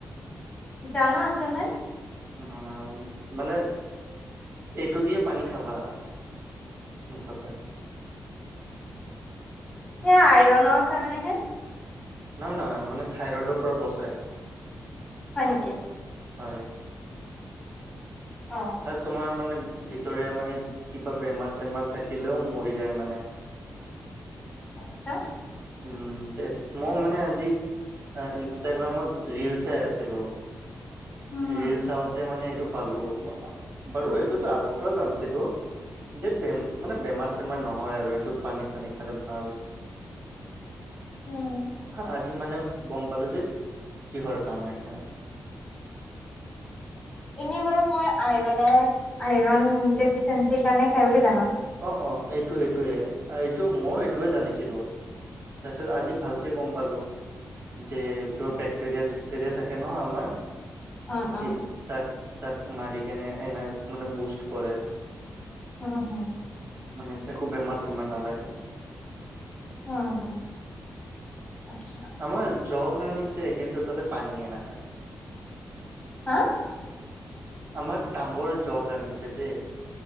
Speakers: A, on the left; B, on the right.
A: জানো আছে নাই।
B: অ', মানে, এইটোদিয়ে পানী খাবা। মুঠতে।
A: সেয়া আইৰনৰ কাৰণেহে।
B: নহয় নহয় মানে থাইৰইডৰ পৰা বচাই।
A: হয় নেকি?
B: হয়।
A: অ
B: আৰু তোমাৰ মানে বি ৰে মানে কিবা বেমাৰ চেমাৰ থাকিলেও মৰি যায় মানে।
A: <unintelligible>
B: উম তে ম মানে আজি ইনষ্টাগ্ৰামত ৰলচে আছিলো
A: উম
B: ৰিল চাওঁতে মানে এইটো পালো বাৰু এইটোতো আগৰ পৰা জানছিলো যেে মানে বেমাৰ চেমাৰ নহয় আৰু এইটোত পানী চানী খালে ভাল
A: উম
B: আজি মানে গম পালো যে কিহৰ কাৰাম নখায়
A: এনে বাৰু মই আইৰনৰ আইৰন দেখছো চেচি কাৰণে খাই বুলি জানো
B: অ অ এইটো এইটোোৱে এইটো মই এইটোৱে জানিছিলো তছে আজি ভালকৈ কম পালো যে কিবা ব্যাক্টেৰিয়া চাক্টেৰিয়া থাকে ন আমাৰ
A: অ অ
B: এই তাক তাক মাৰি কেনে এনাৰ মানে বুষ্ট কৰে
A: অ',
B: মানে একো বেমাৰ চেমাৰ নালাগে।
A: উ হ আচ্ছা
B: আমাৰ জগ আনিছে কিন্তু তাতে পানীয়েনা হয়
A: হা
B: আমাৰ তাম্বৰ জগ আনিছে দে